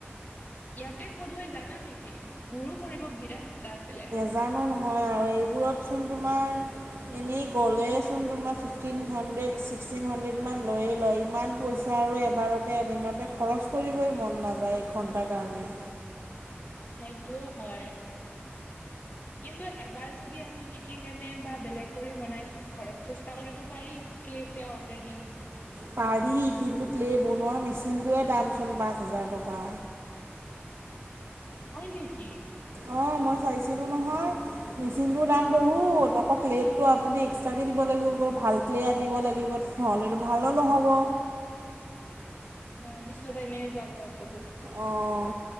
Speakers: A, on the left; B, on the right.
A: ইয়াতে ক'ত হয় জানা নেকি? মোৰো কৰিব বিৰাট ইচ্ছা আছিলে।
B: জানো নহয় আৰু এইবোৰত চোন তোমাৰ এনেই গ'লেইচোন তোমাৰ ফিফটিন হাণ্ড্ৰেড ছিক্সটিন হাণ্ড্ৰেডমান লৈয়ে লয়। ইমান পইচা আৰু এবাৰতে এদিনতে খৰচ কৰিবই মন নাযায়, এঘণ্টাৰ কাৰণে।
A: সেইটোও হয়। কিন্তু এবাৰ যদি আমি শিকি কেনে বা বেলেগ কৰি বনাই ঘৰত চেষ্টা কৰিব পাৰি। ক্লে চে অৰ্ডাৰ দি কেনে।
B: পাৰি কিন্তু ক্লে' বনোৱা মেচিনটোৱে দামচোন পাঁচ হাজাৰ টকা।
A: হয় নেকি?
B: অঁ মই চাইছিলোঁ নহয়। মেচিনটোৰ দাম বহুত। আকৌ ক্লেত টো আপুনি এক্সট্ৰাকৈ দিব লাগিব, ভাল ক্লে আনিব লাগিব। নহ'লেতো ভালো নহ'ব।
A: ওম, পিছত এনেই যাব আকৌ প
B: অঁহ